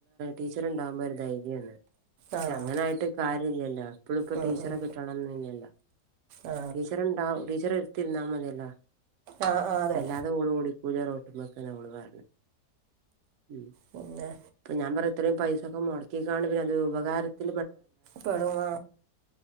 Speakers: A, on the right; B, on the right.
A: ടീച്ചർ ഉണ്ടാകൻരുന്നു ശ പക്ഷെ
B: ആ ആ
A: അങ്ങനൊയിട്ട് കാര്യ ഇില്ലല്ലോ എപ്പളും ഇപ്പോൊ
B: ഉം,
A: ടീച്ചറെ
B: ഉം.
A: കിട്ടണംന്ന ഇല്ലല്ലോ
B: ആ
A: ടീച്ചർണ്ട ടീച്ചർ ഇർത്തി ന്നാ മതിയല്ലോ
B: ആ ആ അതെ
A: അല്ലാതെ ഓട് ഓടിക്കൂലാറോട്ടുമ്പോക്കന്ന അവള് പറഞ്ഞ ഉ
B: പിന്നെ
A: അപ്പൊ ഞാൻ പറ ഇത്രയും പൈസൊക്കെ മുടക്കിിക്കാണ്ട് പിന്നെ അത് ഉപകാരത്തി
B: പേട വ